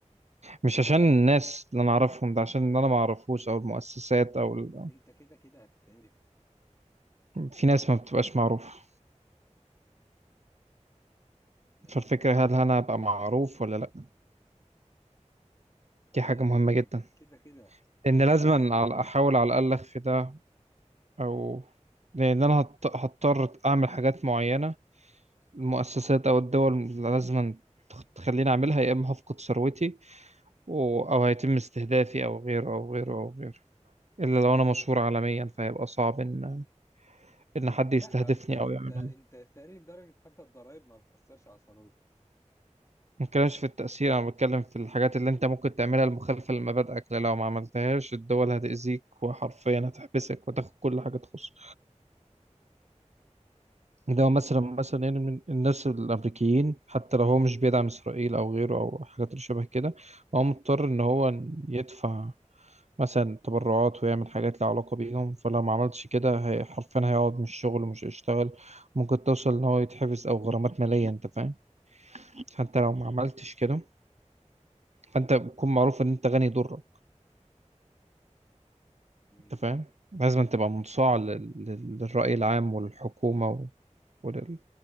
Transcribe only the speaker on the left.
انت كده كده هتتعرف
يعني
آه
كده كده
لا انت انت
انت ثري لدرجه حتى الضرايب ما بتاثرش على ثروتك
مم.